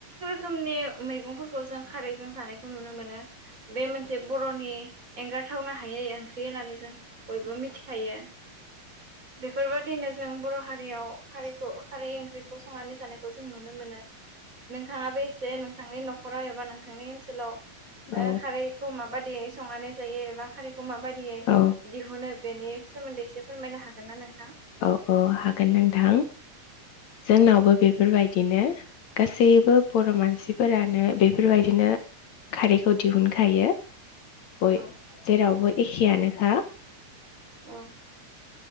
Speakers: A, on the right; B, on the left.
A: खोमनि मैगंफोरखौ जों खारै जों जानायखौ नुनो मोनो बे मोनसे बर'नि एंगारथावनो हायै ओं ख्रि होननानै जों बयबो मिथिखायो बेफोरबायदि नो जों बर' हारियाव खारैखौ खारै ओंख्रिखौ संनानै जानायखौ खौ जों नुनो मोनो। नोंथाङाबो एसे नोंथांनि न'खर नखराव एबा नोंथांनि ओनसोलाव
B: औ
A: ओ खारैखौ मा बायदियै संनानै जायो एबा खारै खौ माबायदियै
B: औ
A: दिहुनो बेनि सोमोन्दै एसे फोरमायनो हागोन ना नों
B: औ औ हागोन नोंथां जोंनावबो
A: औ
B: बेफोरबायदिनो गासैबो बर'
A: औ
B: मानसिफोरानो बेफोरबायदिनो खारैखौ दिहुनखायो। बय
A: औ
B: जेरावबो एखेयानोखा
A: औ